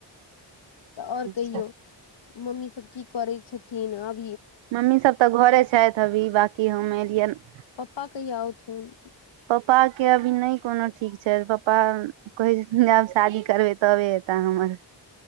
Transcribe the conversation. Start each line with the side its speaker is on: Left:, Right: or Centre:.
Left: तऽ आओर
Right: अच्छा
Left: कहियौ मम्मी सब की करै छथिन आब
Right: मम्मी सब तऽ घरे छथि अभी बकी हम एलियनि
Left: पप्पा कहिया आउथून
Right: पप्पाक के अभी नहि कोनो ठीक छै पप्पा कहै छै आब शादी करबै तबे एताै हमर